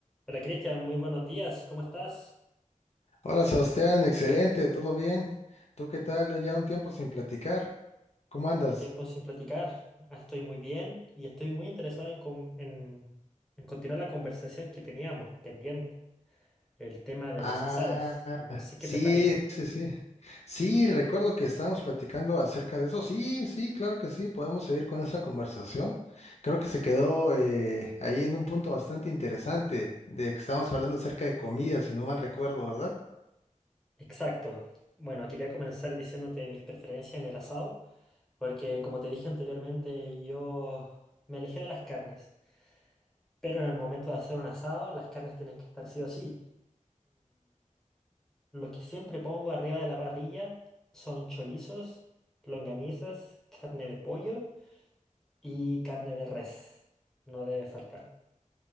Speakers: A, in the centre; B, on the left.
A: Hola Cristian, muy buenos días, ¿cómo estás?
B: Hola Sebastián, excelente, ¿todo bien? ¿Tú qué tal? Ya un tiempo sin platicar. ¿Cómo andas?
A: Un tiempo sin platicar. Ah, Estoy muy bien y estoy muy interesado en, con- en- en continuar la conversación que teníamos pendiente, el tema de
B: Ah,
A: los asados. No sé
B: sí,
A: qué te parece.
B: sí, sí. Sí, recuerdo que estábamos platicando acerca de eso. Sí, sí, claro que sí, podemos seguir con esa conversación. Creo que se quedó eh, ahí en un punto bastante interesante, de que estábamos hablando acerca de comida, si no mal recuerdo, ¿verdad?
A: Exacto. Bueno, quería comenzar diciéndote mis preferencias en el asado, porque como te dije anteriormente, yo me alejé de las carnes, pero en el momento de hacer un asado, las carnes tienen que estar sí o sí. Lo que siempre pongo arriba de la parrilla son chorizos, longanizas, carne de pollo y carne de res. No debe faltar.